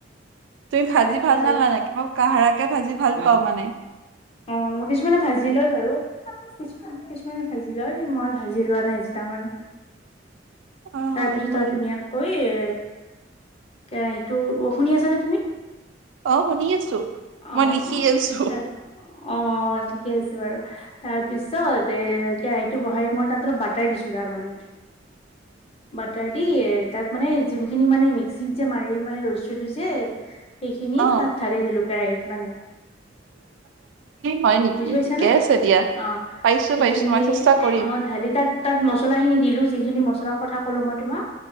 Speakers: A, on the right; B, on the left.
A: তুমি ভাজি
B: তাৰপিছত
A: ভাল নালাগে
B: আৰু
A: মই কাহাৰাকে ভাজি ভাল পাওঁ মানে
B: অ ম কিছুমানে ভাজি লয় বাৰু কি কিছুমানে ভাজি ল মই ভাজি লোৱা নাই যে তাৰমানে
A: অ
B: তাৰ
A: হয়
B: পিছত
A: হয়
B: আৰু ধুনীয়াকৈ এ কেৰাহীতটো শুনি আছ নে
A: অ শুনি আছো
B: অ
A: মই লিখি
B: অ
A: আছো
B: তাৰ অ ঠিকে আছে বাৰু তাৰপিছত এ কেৰাহিটো বহাই মই তাত অলপ বাটাৰ দিছো আৰু তাৰ মানে বাটাৰ দি এ তাত মানে যোনখিনি মানে মিক্সিত যে মাৰি মানে ৰৈলো যে সেইখিনি
A: অ
B: তাত থালে জ লোকেৰাহত মানে
A: হয় নেকি
B: বুজি পাইছাানে
A: ঠিকে আছে দিয়া
B: অ
A: পাইছো
B: সেইখিনি
A: পাইছো মই চেষ্টা কৰিম
B: অ ঢালি তাত তাত মছলাখিনি দিলোঁ যিখিনি মছলা কথা কলো মই তোমাক